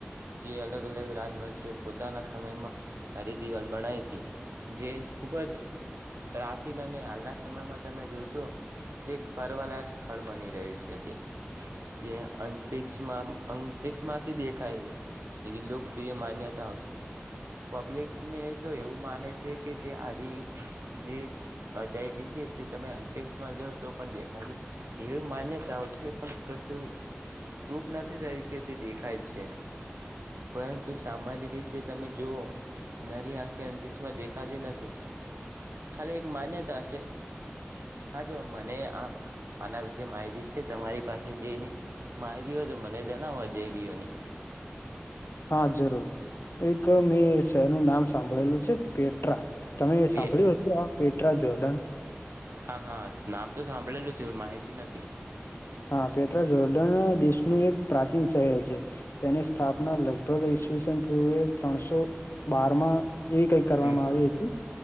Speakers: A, on the right; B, on the left.
A: જે અલગ અલગ રાજવંશો પોતાના સમયમાં હ દિવાલ બનાવી હતી જે ખૂબ જ પ્રાચીન અને હાલના સમયમાં તમે જોશો તે ફરવાલાયક સ્થળ બની રહ્યું છે તે જે અંતરિક્ષમાં અંતરિક્ષમાંથી દેખાય છે એવી લોકપ્રિય માન્યતાઓ છે પબ્લિકને તો એવું માને છે કે જે આજ જે અજાયબીશે તે તમે અંતરિક્ષમાં જાઓ તો પણ દેખાશે એવી માન્યતાઓ છે પણ કશું પ્રૂફ નથી થયું કે તે દેખાય જ છે. પરંતુ સામાન્ય રીતે તમે જોવો નરી આંખે અંતિશમાં દેખાતી નથી. ખાલી એક માન્યતા છે. હા જો મને આ આના વિશે માહિતી છે તમારી પાસે જેની માહિતી હોય તો મને જણાવો જે બી ઓની
B: હા જરૂર એક મેં શહેરનું નામ સાંભળેલું છે પેટ્રા તમે
A: પેટ
B: સાંભળ્યું હતું આ પેટ ટ્રા જોર્ડન
A: હા હા નામ તો સાંભળેલું છે. પણ માહિતી નથી.
B: હા પેટ્રા જોર્ડન દેશનું એક પ્રાચીન શહેર છે. તેની સ્થાપના લગભગ ઈસવીસન પૂર્વે ત્રણસો બારમાં એવી કઈક કરવામાં
A: હમ
B: આવી હતી.